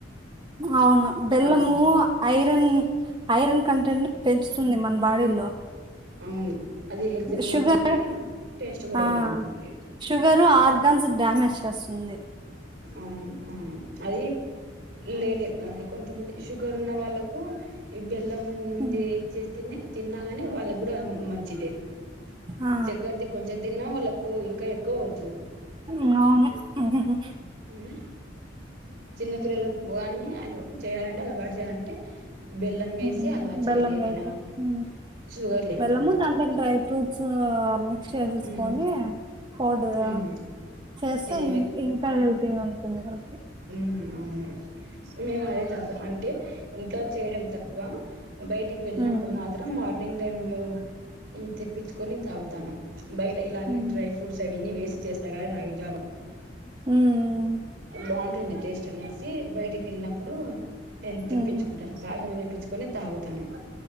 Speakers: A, on the right; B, on the right.
A: అవును బెల్లము
B: బాగుంటుంది
A: ఐరన్ ఐరన్ కంటెంట్ ని పెంచుతుంది మన్ బాడీలో
B: అవును అది హెల్త్ కు
A: షుగర్
B: మంచిది టేస్ట్ కూడా
A: ఆ
B: బాగుంటుంది
A: షుగరు ఆర్గన్స్ డ్యామేజ్ చేస్ తుంది
B: అ అది లేని అది కొంతమంది షుగర్ ఉన్న వాళ్ళకు ఇం బెల్లము
A: ఉమ్,
B: ఏసి చేస్తేనె తిన్నాగాని వాళ్ళ కూడా మంచిదే
A: ఆ
B: చెక్కర్ది కొంచెం తిన్నా వాళ్ళక్ ఓ ఇంకా ఎక్కువ అవు
A: ఉ అవును ఇది గు
B: ఉ చిన్న పిల్లలకు కాని అలవా చేయాలంటే అలవాటు చేయాలంటే బెల్లం వేసి
A: హు
B: అలవాటు
A: బెల్లం
B: చేయాలి ఏదైనా
A: వేసె
B: కానీ
A: హు
B: షుగర్ లేకోకుండా
A: బెల్లము దానిమీద
B: తక్కువ
A: డ్రై ఫ్రూట్స్ మిక్స్ చేసేసుకొని
B: ఉమ్
A: పౌడర్
B: ఉమ్
A: చేస్తే
B: ఏ
A: ఇం ఇం హెల్తీ ఉంటుంది వాళ్కి.
B: ఉ అవును మేము అదే తాగుతాం అంటే ఇంట్లో చేయడం తక్కువ బయటికి వెళ్ళినప్పుడు
A: ఉమ్
B: మాత్రం మార్నింగ్ టై లో నేను తెప్పించుకొని తాగుతన్నాం బయట ఇలాంనీ
A: ఉమ్
B: డ్రై ఫ్రూట్స్ అవన్నీ వేసి చేస్తార రాయి జావా
A: ఉమ్.
B: బన్ ఉంటుంది టేస్ట్ అనేసి బయటకి వెళ్ళినప్పుడు నేను
A: హ్మ్
B: తెప్పించుకును పార్లు తెప్పించ కొని తాగుతను